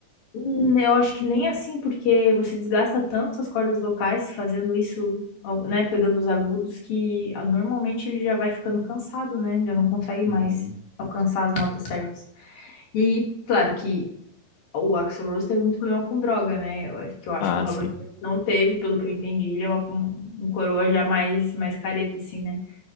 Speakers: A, on the left; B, on the left.
A: hum, eu acho que nem assim, porque você desgasta tanto as cordas vocais fazendo isso, ao- né, pegando os agudos, que ah, normalmente ele já vai ficando cansado, né? Já não consegue mais
B: Uhum.
A: alcançar as notas certas. E claro que o Axl Rose teve muito problema com droga, né? Eu acho- Que eu acho
B: Ah,
A: que o Robert
B: sim.
A: Plant não teve, pelo que eu entendi, ele é uma- um um coroa já mais, mais careta, assim, né?